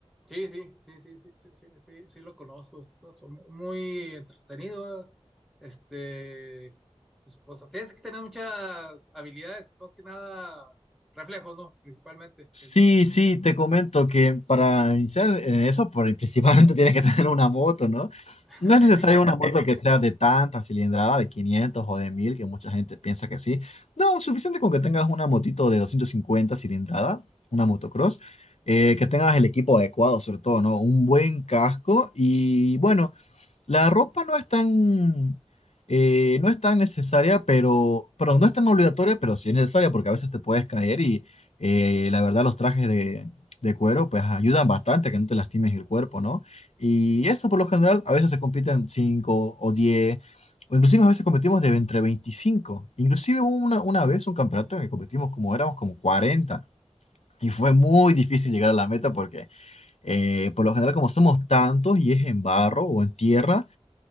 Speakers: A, in the centre; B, on the left (about 80°).
A: Sí, sí, sí, sí, sí, sí, sí, sí, sí lo conozco. Es muy entretenido. Este, pues, pues, tienes que tener muchas habilidades, más que nada reflejos, ¿no? Principalmente.
B: Sí,
A: en-
B: sí, te comento que para iniciar en eso, por- principalmente <laughs> tienes que tener una moto, ¿no?
A: <laughs>
B: No
A: sí.
B: es necesario una moto que <laughs> sea de tanta cilindrada, de 500 o de 1000, que mucha gente piensa que sí. No, suficiente con que tengas una motito de 250 cilindrada, una motocross, eh, que tengas el equipo adecuado, sobre todo, ¿no? Un buen casco y bueno. La ropa no es tan, eh, no es tan necesaria, pero, perdón, no es tan obligatoria, pero sí es necesaria porque a veces te puedes caer y eh, la verdad los trajes de, de cuero pues ayudan bastante a que no te lastimes el cuerpo, ¿no? Y eso por lo general a veces se compiten 5 o 10 o inclusive a veces competimos de entre veinticinco Inclusive hubo una, una vez un campeonato en el que competimos como éramos como cuarenta Y fue muy difícil llegar a la meta porque eh, por lo general como somos tantos y es en barro o en tierra,